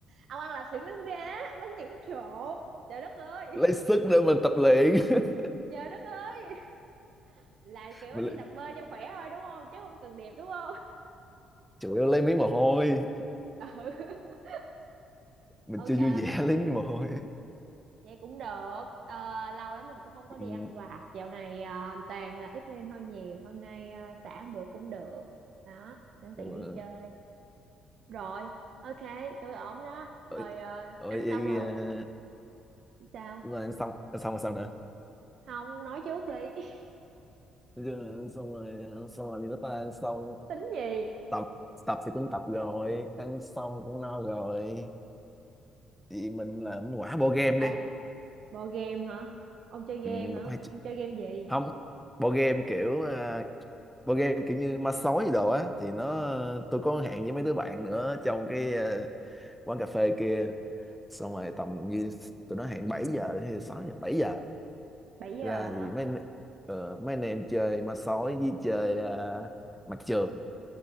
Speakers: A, on the right (about 60°); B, in the centre.
A: ông ăn là xưởng nướng đá, bánh chưng trộn. Trời đất ơi,
B: lấy sức để mình tập luyện <laughs>
A: trời đất ơi, là kiểu
B: Mình
A: đi tập bơi cho khỏe thôi đúng không? Chứ không cần đẹp đúng không?
B: chủ yếu lấy miếng mồ hôi
A: <laughs> Ừ,
B: mình
A: ok,
B: chưa vui vẻ <laughs> lấy miếng mồ hôi
A: vậy cũng được. Ờ, lâu lắm rồi cũng không có
B: ừ.
A: đi ăn vặt. Dạo này ờ, toàn ờ, ít lên hơi nhiều. Hôm nay uh, xả một bữa cũng được. Đó, sẵn tiện
B: ờ,
A: đi chơi. Rồi, ok, tôi ổn đó.
B: ở
A: Rồi ờ,
B: ở
A: ăn
B: vậy
A: xong rồi,
B: à,
A: sao?
B: đúng rồi, ăn xong ăn xong rồi sao nữa
A: Không, nói trước đi. <laughs>
B: Nói chung là ăn xong rồi ăn xong rồi vì nó ta ăn xong
A: Tính gì?
B: tập tập thì cũng tập rồi ăn xong cũng no rồi thì mình làm quả board game
A: À,
B: đi
A: bộ game hả? Ông chơi game
B: ừ, mình
A: hả?
B: có hay ch-
A: Ông chơi game gì?
B: không board game kiểu à, board game kiểu như ma sói gì đồ á thì nó tôi có hẹn với mấy đứa bạn nữa trong cái à, quán cà phê kia xong rồi tầm như tụi nó hẹn 7 giờ hay là 6 giờ 7 giờ
A: Bảy giờ
B: ra
A: hả?
B: thì mấy ờ, mấy anh em chơi ma sói với chơi ờ, mặt trượt